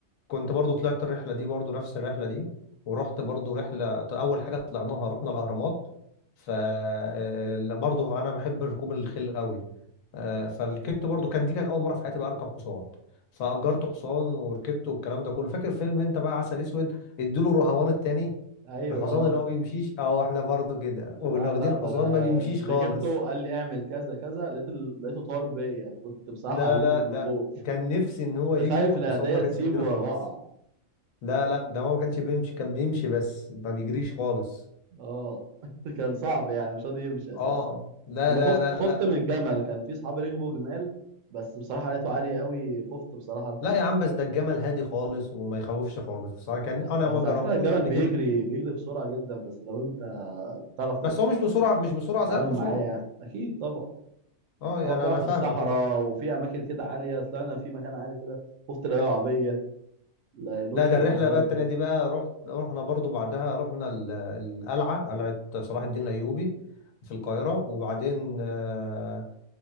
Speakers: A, on the left; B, on the right.
A: كنت برضو طلعت الرحله دي برضو نفس الرحله دي ورحت برضو رحله اول حاجه طلعناها رحنا الاهرامات ف آه، ال- برضو انا بحب ركوب الخيل قوي آه، فركبت برضو كان دي كان اول مره في حياتي بقى اركب حصان فاجرت حصان وركبته والكلام ده كله فاكر فيلم انت بقى عسل اسود ادوا له الرهوان التاني
B: ايوه
A: الحصان اللي
B: اه
A: هو بيمشيش اه احنا برضو كده
B: لا
A: واخدين
B: لا ده
A: حصان
B: انا
A: ما بيمشيش خالص
B: ركبته قال لي اعمل كذا كذا لقيت ال- لقيته طار بيا كنت بصراحة
A: لا
B: هموت
A: لا ده
B: من الخوف
A: كان نفسي ان هو يجري
B: كنت خايف
A: والحصان
B: العيدية
A: ما كانش
B: تسيبه
A: بيجري
B: واقع
A: خالص لا لا ده هو ما كانش بيمشي كان بيمشي بس ما بيجريش خالص
B: اه <laughs> كان صعب يعني مش راضي يمشي اساسا
A: اه لا
B: انا
A: لا
B: خفت
A: لا
B: خفت
A: لا
B: من
A: و-
B: الجمل كان في صحابي ركبوا جمال بس بصراحه لقيته عالي قوي خفت بصراحه اركبه
A: لا يا عم بس ده الجمل هادي خالص وما يخوفش خالص بصراحه كان
B: لا
A: انا
B: هو
A: ما جربتوش
B: على فكره الجمل
A: قبل
B: بيجري
A: كده
B: بيجري بسرعه جدا بس لو انت بتعرف
A: بس
B: ترك-
A: هو مش بسرعه مش بسرعه
B: تتعامل
A: زي الحصان
B: معاه يعني اكيد طبعا
A: اه
B: طبعا
A: يعني
B: بقى
A: انا
B: في
A: فاهمك
B: الصحراء
A: وب...
B: وفي اماكن كده عاليه طلعنا في مكان عالي كده خفت لا يقع بيا لا ينط
A: لا ده
B: من
A: الرحله
B: على المكان
A: بقى التانيه
B: ده
A: دي بقى رحت رحنا برضو بعدها رحنا ال- القلعه قلعه صلاح الدين الايوبي في القاهره وبعدين آه،